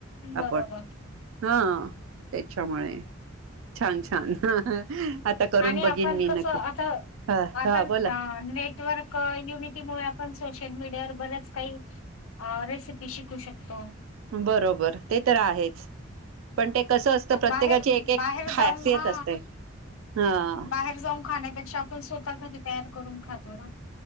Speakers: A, on the left; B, on the right.
A: बरोबर
B: आपण हा त्याच्यामुळे छान छान. आता करून
A: आणि
B: बघीन
A: आपण
B: मी
A: कसं
B: नक्की
A: आता
B: हा
A: आता.
B: हा बोला
A: नेटवर्क युनिटीमुळे आपण सोशल मीडियावर बरेच काही. रेसिपी शिकू शकतो.
B: बरोबर ते तर आहेच. पण ते कसं असतं प्रत्येकाची
A: बाहेर
B: एक एक
A: बाहेर
B: खासियत
A: जाऊन हा
B: असते. हा
A: बाहेर जाऊन खाण्यापेक्षा आपण स्वतः घरी तयार करून खातो ना.